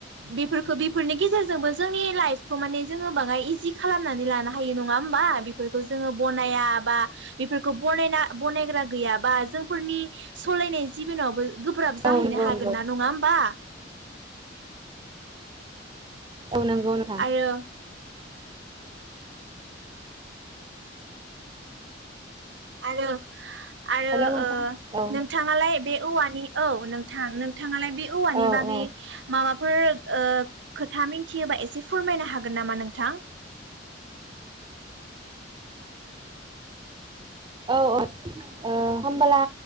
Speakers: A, on the right; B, on the right.
A: बेफोरखौ बेफोरनि गेजेरजोंबो जोंनि लाइफ खौ माने जोङो बाङाय इजि खालामनानै लानो हायो नङा होमबा बेफोरखौ जोङो बनाय बा बेफोरखौनायना बनायग्रा गैयाबा जोंफोरनि सालयनाय जिबनावबो गोब्राब जाहैनो
B: औ नंगौ
A: हागोन
B: नंगौ
A: नङा होमबा
B: औ नंगौ नोंथां
A: आरो आरो आरो
B: हेल' नोंथां
A: ओ
B: औ
A: नोंथाङालाय बे औवानि औ नोंथां नोंथाङालाय बे औवानि
B: औ
A: बागै
B: औ
A: माबा फोर ओ खोथा मिथियोबा एसे फोरमायनो हागोन नामा नोंथां
B: औ औ ओ होमबाला